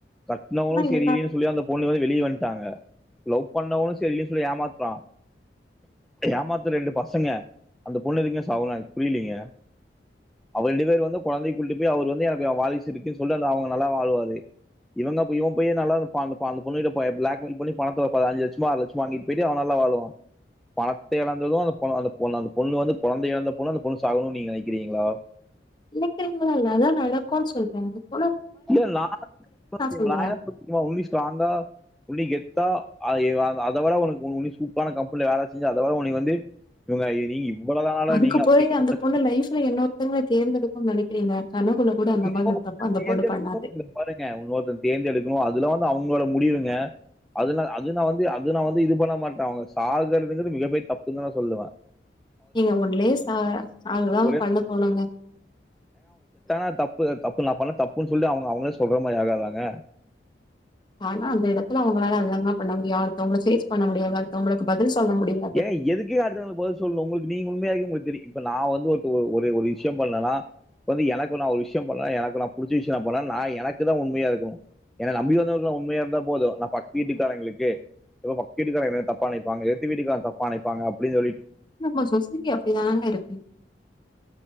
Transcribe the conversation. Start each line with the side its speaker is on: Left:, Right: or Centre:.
Centre: கட்னவனு
Left: ஆனா
Centre: செரில்லனு
Left: எல்லா
Centre: சொல்லி அந்த பொண்ணு வந்து வெளிய வன்ட்டாங்க லவ் பண்ணவனு செரில சொல்லி ஏமாத்றா ஏமாத்த ரெண்டு பசங்க அந்த பொண்ணு எதுக்குங் <unintelligible> புரிலிங்க அவ ரெண்டு பேரு வந்து கொழந்தை கூட்டிட் போய் அவரு வந்து எனக்கு அவ வாரிசு இருக்குன் சொல்லி அந்த அவுங்க நல்லா வாழ்வாரு இவந்தா போயி இவ போயி நல்லா இருப்பா அந்த ப அந்த பொண்ணுக்கிட்ட ப பிளாக் மெயில் பண்ணி பணத்த ஐஞ்சு லச்சமோ ஆறு லச்சமோ வாங்கிட் போய்ட்டு அவ நல்லா வாழுவா பணத்த இழந்ததுஅந் பொ அந்த பொண்ணு அந்த பொண்ணு வந்து கொழந்த இழந்த பொண்ணு அந்த பொண்ணு சாகனுன் நீங்க நெனக்கிறீங்களா
Left: நினைக்கிறீங்களா இல்ல அதா நடக்குன் சொல்றே அதுக்கு
Centre: இல்ல நா <unintelligible>
Left: சொல்றே
Centre: நா என்ன ஸ்ட்ராங்கா <unintelligible> தா அத அத விட உனுக் உன்னு சூப்பரான கம்பெனில வேல செஞ்சி அத விட உன்னை வந்து இவங்க நீங்க இவ்வளவுதானாடா
Left: அதுக்கு
Centre: நீங்க
Left: போய்ங்க
Centre: அப்படிங்கிற
Left: அந்த பொண்ணு லைஃப்ல இன்னொருத்தங்க தேர்ந்தெடுக் நெனைக்கிறீங்க கனவுல கூட அந்த
Centre: இன்னொருத்தங்க
Left: மாரி ஒரு தப்ப அந்த
Centre: தேர்ந்தெடுக்கனு
Left: பொண்ணு பண்ணாது
Centre: பாருங்க இன்னொருத்த தேர்ந்தெடுக்கனு அதுல வந்து அவுங் உங்களோட முடிவுங்க அது நா அது நா வந்து இது பண்ண மாட்டே அவெ சாகுறதுங்குது மிக பெரிய தப்புனு தா நா சொல்லுவே
Left: நீங்க ஒண்லே சா சாக வுடாம
Centre: ஒரே
Left: பண்ண தோணுங்க
Centre: ஆ தப்பு தப்பு நா பண்ண தப்புன் சொல்லி அவுங்க அவுங்களே சொல்ற மாரி ஆகாதாங்க
Left: ஆனா அந்த இடொ அவுங்களால என்னங்க பண்ண முடியு அடுத்தவங்கள ஃபேஸ் பண்ண முடியாத அடுத்தவங்களுக்கு பதில் சொல்ல முடியாது
Centre: ஏய் எதுக்கு அடுத்தவங்களுக்கு பதில் சொல்லுனு உங்களுக்கு நீங்க உண்மையா இருங்க தெரியு இப்ப நா வந்து ஒருத்து ஒரு ஒரு விஷ்யம் பண்ணலனா வந்து எனக்கு நா ஒரு விஷயம் பண்ண எனக்கு நான் புடிச்ச விஷ்யம் நா பண்ணா நா எனக்கு தா உண்மையா இருக்கணு என்ன நம்பி வந்தவளுக்கு எல்லா உண்மையா இருந்தா போது நா பக்த்து வீட்டுக்காரங்களுக்கு இப்ப பக்தீட்டுக்கார என்ன தப்ப நெனைப்பாங்க தி வீட்டுகாரா தப்பா நெனைப்பாங்க அப்டின் சொல்லி
Left: நம்ம சொசைட்டி அப்டிதாங்க இருக்கு